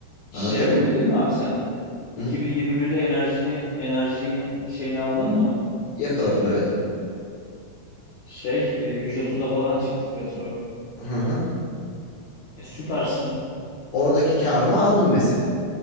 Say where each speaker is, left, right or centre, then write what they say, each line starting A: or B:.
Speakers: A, on the left; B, on the left.
A: Şey
B: Anlatabildim
A: yapabildin
B: mi?
A: mi abi sen?
B: Hı?
A: 2021'de enerjili enerjinin şeyini aldın mı?
B: Yakaladım
A: Ee,
B: evet.
A: Şey e, 130'a falan çıktı petrol.
B: Hı hı.
A: E, süpersin.
B: Oradaki karımı aldım mesela